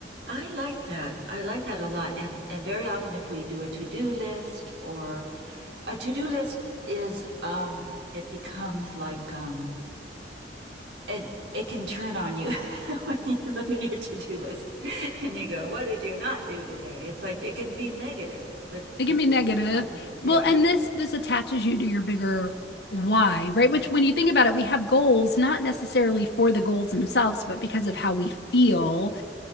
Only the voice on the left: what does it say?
It
can be
negative.
Well, and this this attaches you to your bigger why, right? Which when you think about it, we have goals not necessarily for the goals themselves, but because of how we feel